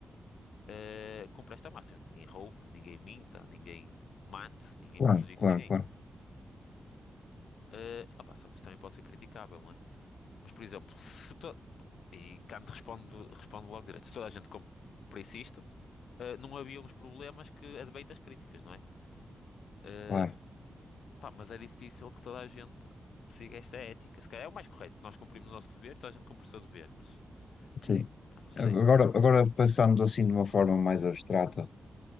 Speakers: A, on the left; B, on the left.
A: eh, cumpra esta máxima. Ninguém roube, ninguém minta, ninguém mate, ninguém
B: Claro,
A: prejudique
B: claro,
A: ninguém.
B: claro,
A: Eh, opá, só que isto também pode ser criticável, não é? Mas, por exemplo, se to... E Kant responde, responde logo direto, se toda a gente cumprisse isto, Uh, não havia uns problemas que advêm das críticas, não é? Uh,
B: claro.
A: pá, mas é difícil que toda a gente siga esta ética. Se calhar é o mais correto. Nós cumprimos o nosso dever, toda a gente cumpre o seu dever, mas
B: Sim.
A: pá, não sei.
B: Agora, agora pensando assim de uma forma mais abstrata,